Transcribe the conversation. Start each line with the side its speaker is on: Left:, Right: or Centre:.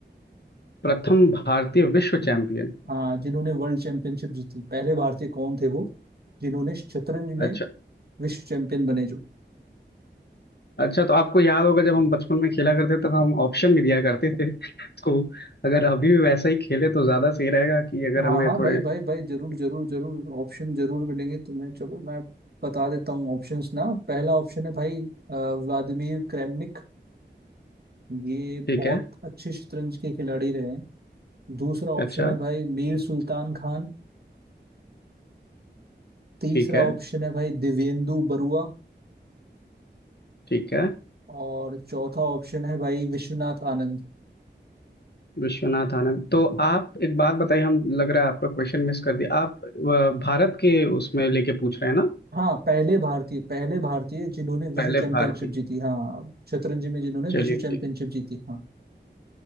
Left: प्रथम भारतीय विश्व चैंपियन
Right: हाँ जिन्होंने वर्ल्ड चैंपियनशिप जीती पहले भारतीय कौन थे वो जिन्होंने शतरंज में
Left: अच्छा
Right: विश्व चैंपियन बने जो
Left: अच्छा तो आपको याद होगा जब हम बचपन में खेला करते थे तो हम ऑप्शन भी दिया करते थे <laughs> तो अगर अभी भी वैसा ही खेले तो ज्यादा सही रहेगा कि अगर
Right: हाँ
Left: हमें
Right: हाँ
Left: थोड़े
Right: भाई भाई भाई जरूर जरूर जरूर ऑप्शन जरूर मिलेंगे तुम्हें चलो मैं बता देता हूँ ऑप्शंस ना पहला ऑप्शन है भाई अ, व्लादिमीर क्रेमनिक ये
Left: ठीक
Right: बहुत
Left: है
Right: अच्छे शतरंज के खिलाड़ी रहे हैं दूसरा ऑप्शन
Left: अच्छा
Right: है भाई मीर सुल्तान खान तीसरा
Left: ठीक है
Right: ऑप्शन है भाई दिवेंदु बरुआ
Left: ठीक है
Right: और चौथा ऑप्शन है भाई विश्वनाथ आनंद
Left: विश्वनाथ आनंद तो आप एक बात बताइए हम लग रहा है आपका क्वेश्चन मिस कर दिया आप अ, भारत के उसमें लेके पूछ रहे हैं ना
Right: हाँ पहले भारतीय पहले भारतीय जिन्होंने विश्व
Left: पहले
Right: चैंपियनशिप
Left: भारतीय
Right: जीती हाँ शतरंज में जिन्होंने
Left: चलिए
Right: विश्व चैंपियनशिप
Left: ठीक है
Right: जीती हाँ